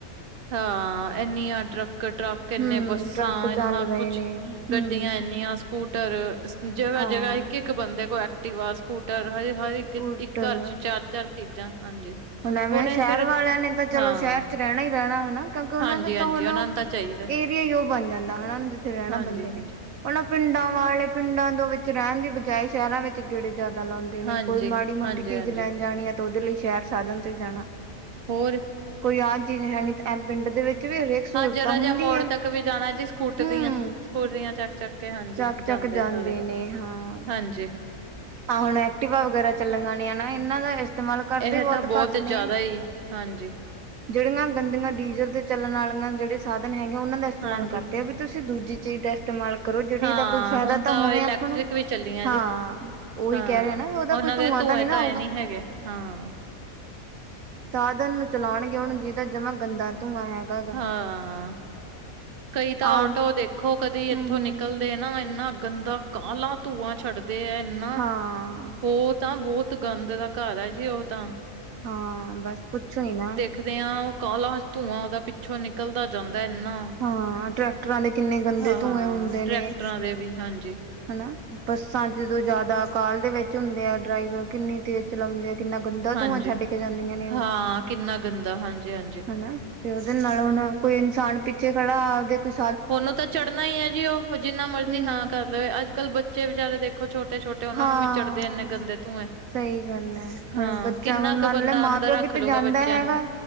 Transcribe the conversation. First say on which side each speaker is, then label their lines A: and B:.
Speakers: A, on the right (about 45°); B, on the right (about 70°).
A: ਹਾਂ ਇਨੀਆਂ ਟਰੱਕ ਟਰੱਕ ਇੰਨੇ
B: ਹਮ
A: ਬੱਸਾਂ
B: ਟਰੱਕ
A: ਇਨਾ
B: ਚੱਲ ਰਹੇ
A: ਕੁਛ
B: ਨੇ ਹਮ
A: ਗੱਡੀਆਂ ਇੰਨੀਆਂ ਸਕੂਟਰ ਜਗ੍ਹਾ
B: ਹਾਂ
A: ਜਗ੍ਹਾ ਇੱਕ ਇੱਕ ਬੰਦੇ ਕੋਲ ਐਕਟਿਵ ਆ ਸਕੂਟਰ ਹਜ ਹਰ
B: ਸਕੂਟਰ
A: ਇੱਕ ਇੱਕ ਘਰ ਚ ਚਾਰ ਚਾਰ ਚੀਜ਼ਾਂ ਹਾਂਜੀ
B: ਹਣਵੇਂ
A: ਉਹਨੇ
B: ਸ਼ਹਿਰ
A: ਫਿਰ
B: ਵਾਲਿਆਂ ਨੇ ਤਾਂ ਚਲੋ
A: ਹਾਂ
B: ਸ਼ਹਿਰ ਚ ਰਹਿਣਾ ਹੀ ਰਹਿਣਾ ਹਨਾ ਕਿਉਂਕਿ ਉਹਨਾਂ
A: ਹਾਂਜੀ
B: ਦਾ ਤਾਂ
A: ਹਾਂਜੀ
B: ਹੁਣ
A: ਉਹਨਾਂ ਨੂੰ ਤਾਂ ਚਾਹੀਦਾ
B: ਏਰੀਆ ਹੀ ਉਹ ਬਣ ਜਾਂਦਾ ਹਨਾ ਜਿੱਥੇ ਰਹਿਣਾ
A: ਹਾਂਜੀ
B: ਬੰਦੇ
A: ਹਾਂਜੀ
B: ਨੇ ਉਹਨਾਂ ਪਿੰਡਾਂ ਵਾਲੇ ਪਿੰਡਾਂ ਦੇ ਵਿੱਚ ਰਹਿਣ ਦੀ ਬਜਾਏ ਸ਼ਹਿਰਾਂ ਵਿੱਚ ਗੇੜੇ ਜ਼ਿਆਦਾ ਲਾਉਂਦੇ ਨੇ
A: ਹਾਂਜੀ
B: ਕੋਈ ਮਾੜੀ ਮੋਟੀ
A: ਹਾਂਜੀ
B: ਚੀਜ਼
A: ਹਾਂਜੀ
B: ਲੈਣ ਜਾਣੀ ਆ ਤੇ ਉਹਦੇ ਲਈ ਸ਼ਹਿਰ ਸਾਧਨ ਤੇ ਜਾਣਾ
A: ਹੋਰ
B: ਕੋਈ ਆਹ ਚੀਜ਼ ਹੈ ਨਹੀਂ ਇਹ ਪਿੰਡ ਦੇ ਵਿੱਚ ਵੀ ਹਰੇਕ ਸਹੂਲਤ
A: ਹਾਂ ਜਰਾ
B: ਹੁੰਦੀ
A: ਜਿਹਾ ਮੋੜ
B: ਹੈ
A: ਤੱਕ ਵੀ ਜਾਣਾ ਜੀ ਸਕੂਟਰੀਆਂ
B: ਹਮ
A: ਸਕੂਟਰੀਆਂ ਚੱਕ ਚੱਕ ਕੇ ਹਾਂਜੀ
B: ਚੱਕ ਚੱਕ ਜਾਂਦੇ
A: ਸਾਰੇ
B: ਨੇ ਹਾਂ
A: ਹਾਂਜੀ
B: ਤਾਂ ਹੁਣ ਐਕਟੀਿਵਾ ਵਗੈਰਾ ਚੱਲਣਗੀਆਂ ਨਾ ਇਹਨਾਂ ਦਾ ਇਸਤੇਮਾਲ ਕਰਦੇ
A: ਇਹ
B: ਬਹੁਤ
A: ਤਾਂ
B: ਘੱਟ ਨੇ
A: ਜ਼ਿਆਦਾ ਹੀ ਹਾਂਜੀ
B: ਜਿਹੜੀਆਂ ਗੰਦੀਆਂ ਡੀਜ਼ਲ ਤੇ ਚੱਲਣ ਵਾਲੀਆਂ ਜਿਹੜੇ ਸਾਧਨ ਹੈਗਾ ਉਹਨਾਂ ਦਾ ਇਸਤੇਮਾਲ
A: ਹਾਂਜੀ
B: ਕਰਦੇ ਆ ਵੀ ਤੁਸੀਂ ਦੂਜੀ ਚੀਜ਼ ਦਾ ਇਸਤੇਮਾਲ ਕਰੋ ਜਿਹੜੀ
A: ਹਾਂ
B: ਇਹਦਾ ਕੋਈ ਫਾਇਦਾ
A: ਹੁਣ
B: ਤਾਂ ਹੋਵੇ
A: ਇਲੈਕਟ੍ਰਿਕ
B: ਆਪਾਂ ਨੂੰ
A: ਵੀ ਚੱਲੀਆਂ
B: ਹਾਂ
A: ਜੀ
B: ਉਹੀ
A: ਹਾਂ
B: ਕਹਿ ਰਹੇ ਨਾ ਵੀ ਉਹਦਾ
A: ਉਹਨਾਂ
B: ਕੋਈ ਧੂੰਆਂ
A: ਦੇ ਧੂੰਏ
B: ਤਾਂ ਨਹੀਂ ਨਾ
A: ਧਾਏ
B: ਆਊਗਾ
A: ਨੀ ਹੈਗੇ ਹਾਂ
B: ਸਾਧਨ ਨੂੰ ਚਲਾਉਣਗੇ ਹੁਣ ਜਿਹਦਾ ਜਮਾਂ ਗੰਦਾ ਧੂੰਆਂ ਹੈਗਾ ਗਾ
A: ਹਾਂ ਕਈ ਤਾਂ
B: ਆਮ
A: ਆਟੋ ਦੇਖੋ ਕਦੀ ਇੱਥੋਂ
B: ਹੂੰ ਹੂੰ
A: ਨਿਕਲ ਨਾ ਇੰਨਾ ਗੰਦਾ ਕਾਲਾ ਧੂੰਆਂ ਛੱਡਦੇ ਹੈ ਇੰਨਾ
B: ਹਾਂ
A: ਉਹ ਤਾਂ ਬਹੁਤ ਤ ਗੰਦ ਦਾ ਘਰ ਹੈ ਜੀ ਉਹ ਤਾਂ
B: ਹਾਂ ਬਸ ਪੁੱਛੋ ਹੀ ਨਾ
A: ਰਖਦੇ ਹਾਂ ਉਹ ਕਾਲਾ ਧੂੰਆਂ ਉਹਦਾ ਪਿੱਛੋਂ ਨਿਕਲਦਾ ਜਾਂਦਾ ਇੰਨਾ
B: ਹਾਂ ਟਰੈਕਟਰਾਂ ਦੇ ਕਿੰਨੇ ਗੰਦੇ
A: ਹਾਂ
B: ਧੂੰਏ ਹੁੰਦੇ
A: ਟਰੈਕਟਰਾਂ
B: ਨੇ
A: ਦੇ ਵੀ ਹਾਂਜੀ
B: ਹਨਾ ਬੱਸਾਂ ਜਦੋਂ ਜ਼ਿਆਦਾ ਅਕਾਲ ਦੇ ਵਿੱਚ ਹੁੰਦੇ ਆ ਡਰਾਈਵਰ ਕਿੰਨੀ ਤੇਜ਼ ਚਲਾਉਂਦੇ ਆ ਕਿੰਨਾ ਗੰਦਾ ਧੂੰਆਂ
A: ਹਾਂਜੀ
B: ਛੱਡ ਕੇ ਜਾਂਦੀਆਂ ਨੇ ਉਹ
A: ਹਾਂ ਕਿੰਨਾ ਗੰਦਾ ਹਾਂਜੀ ਹਾਂਜੀ
B: ਹਨ ਨਾ ਤੇ ਉਹਦੇ ਨਾਲ ਹੁਣ ਕੋਈ ਇਨਸਾਨ ਪਿੱਛੇ ਖੜਾ ਉਹਦੇ ਕੁਛ
A: ਉਹਨੂੰ ਤਾਂ ਚੜ੍ਹਨਾ ਹੀ ਹੈ ਜੀ ਉਹ ਜਿੰਨਾ ਮਰਜ਼ੀ
B: ਹੂੰ
A: ਹਾਂ ਕਰ ਲਵੇ ਅੱਜ ਕੱਲ੍ਹ ਬੱਚੇ ਵਿਚਾਰੇ ਦੇਖ ਦੇਖੋ ਛੋਟੇ ਛੋਟੇ ਉਹਨਾਂ
B: ਹਾਂ।
A: ਨੂੰ ਵੀ ਚੜ੍ਹਦੇ ਇੰਨੇ ਗੰਦੇ ਧੂੰਏ
B: ਸਹੀ ਗੱਲ ਹੈ
A: ਹਾਂ
B: ਹੁਣ ਬੱਚਾ
A: ਕਿੰਨਾ
B: ਹੁਣ ਮੰਨ
A: ਕੁ ਬੰਦਾ
B: ਲੈ ਮਾਂ
A: ਅੰਦਰ
B: ਪਿਓ
A: ਰੱਖਲਉਗਾ
B: ਕਿਤੇ ਜਾਂਦਾ
A: ਬੱਚਿਆਂ
B: ਹੈਗਾ।
A: ਨੂੰ